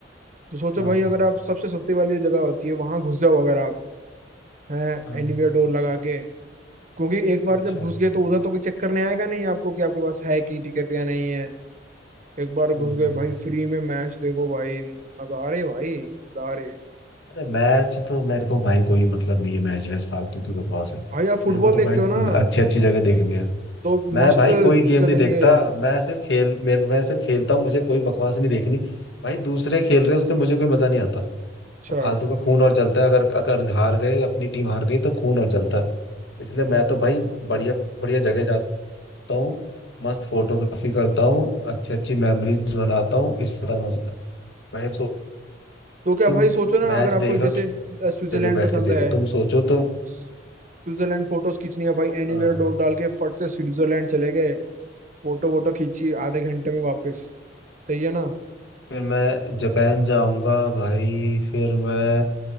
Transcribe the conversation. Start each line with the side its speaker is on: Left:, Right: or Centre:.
Right: तो सोचो
Left: हाँ
Right: भाई अगर आप सबसे सस्ती वाली जो जगह होती है वहां घुस जाओ अगर आप हैं
Left: हाँ
Right: एनीवेयर डोर लगा के क्योंकि एक बार
Left: अच्छा
Right: जब घुस गए तो उधर तो कोई चेक करने आएगा नहीं आपको कि आपके पास है की टिकट या नहीं है एक बार
Left: हम्म
Right: घुस गए
Left: हम्म
Right: भाई फ्री में मैच देखो भाई नजारे भाई नजारे
Left: अरे मैच तो मेरे को भाई कोई मतलब नहीं है मैच वैस फालतू की बकवास है
Right: भाई आप फुटबॉल
Left: मेरे को तो
Right: देखते
Left: भाई
Right: हो ना
Left: अच्छी अच्छी जगह देखनी है
Right: तो
Left: मैं
Right: मस्त
Left: भाई कोई गेम
Right: चलेंगे
Left: नहीं देखता मैं सिर्फ खेल मेरे मैं सिर्फ खेलता हूँ मुझे कोई बकवास नहीं देखनी भाई दूसरे खेल रहे हैं उससे मुझे कोई मजा नहीं आता
Right: अच्छा
Left: फालतू का खून और जलता है अगर अगर हार गए अपनी टीम हार गई तो खून और जलता है इसलिए मैं
Right: हाँ
Left: तो भाई बढ़िया बढ़िया जगह जाता हूँ मस्त फोटोग्राफी करता हूँ अच्छी अच्छी मेमोरीज बनाता हूँ इसका मजा भाई अब सो
Right: तो क्या
Left: तुम
Right: भाई सोचो ना
Left: मैच
Right: अगर आपको
Left: देख
Right: जैसे
Left: रहे हो
Right: अ, स्विट्जरलैंड
Left: जगह बैठ
Right: पसंद
Left: के देखो
Right: है
Left: तुम सोचो तो
Right: स्विट्जरलैंड फोटोज खींचनी है भाई एनीवेयर
Left: हाँ
Right: डोर डाल के फट से स्विट्जरलैंड चले गए फोटो वोटो खींची आधे घंटे में वापस सही है ना
Left: फिर मैं जापान जाऊंगा भाई फिर मैं